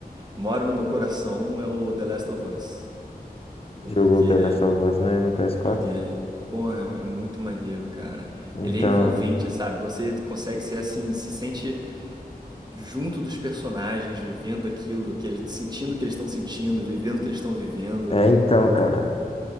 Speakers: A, on the right (about 25°); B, on the left (about 35°).
A: moro no meu coração é o The Last of Us. Porque
B: Jogou The Last of Us, né, no ps quatro
A: joguei. Porra, é muito maneiro, cara.
B: Então,
A: Ele é envolvente, sabe? Você consegue ser assim, se sente junto dos personagens, vivendo aquilo, que eles, sentindo o que eles estão sentindo, vivendo o que eles estão vivendo.
B: é, então, cara.